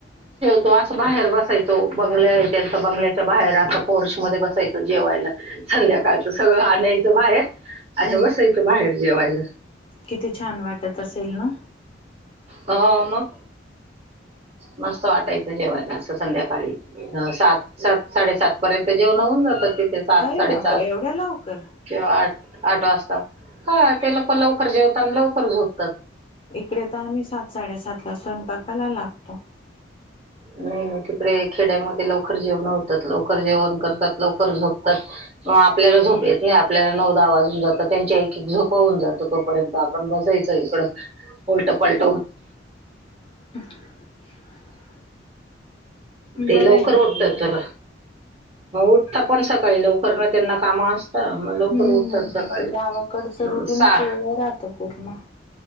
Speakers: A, on the right; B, on the left.
A: तो अस बाहेर बसायचं बंगल्या तेचा बंगल्या बाहेर अस फोर्स मध्ये बसायचं जेवायला संध्याकाळच सगळं आणायचं इथं बाहेर आणि बसायचं बाहेर जेवायला
B: किती छान वाटत असेल ना
A: हा मग मस्त वाटायचं जेवायला असं संध्याकाळी सात सात साडेसात पर्यंत जेवण होऊन जातात ति सात
B: अरे
A: साडेसात
B: बापरे एवढ्या लवकर
A: किंवा आठ आठ वाजता हा ते लोक लवकर जेवतात आणि लवकरच झोप
B: इकडे तर आम्ही सात साडेसात ला स्वयंपाकाला लागतो
A: नाही नाही तिकडे खेड्यामधील लवकर जेवणा होतात लवकर जेवण करतात लवकर झोपतात आपल्याला झोप येत नाही आपल्याला नवर दहा वाजून जात त्यां एक एक झोपवून जात तोपर्यंत आपण बसायचं इकड उलट पलट हून
B: <unintelligible>
A: ते
B: बरं
A: लवकर
B: आहे ना
A: उठतात
B: उलट.
A: जरा मग उठता आपण सकाळी लवकर न त्यांना काम असत ह मग लवकर
B: हम्म
A: उठतात सकाळी
B: ते गावाकडचं रुटीनच
A: सहा
B: वेगळं राहतं पूर्ण.